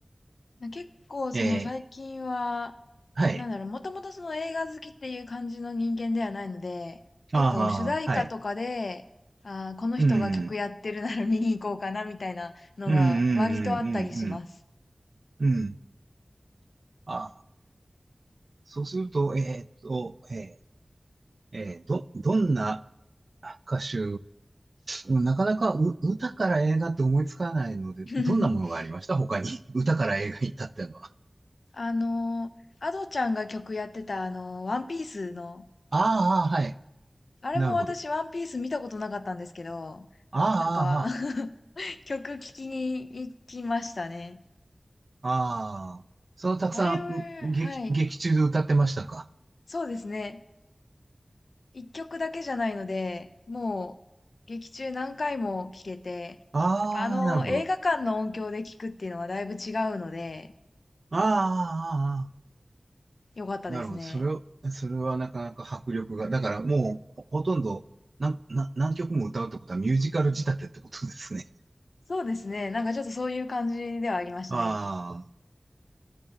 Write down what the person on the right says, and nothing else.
ええ、はい。
ああ、はい。
うん、
うん、うん、うん、うん、うん。うんあそうすると、えーっと、えー、えーど、どんな歌手、うんなかなかう歌から映画って思いつかないので、
どんなものがありました他に。<laughs> 歌から映画行ったっていうのは。
ああ、はい。
なるほど。あ
あ、ああ、
ああ、そのたくさん、
う劇、
劇中で歌ってましたか。
ああ、
なるほど。ああ、ああああ
なるほど。それを、それはなかなか迫力が。だからもう、ほほとんど、なん、な、何曲も歌うってことはミュージカル仕立てってことですね。
ああ、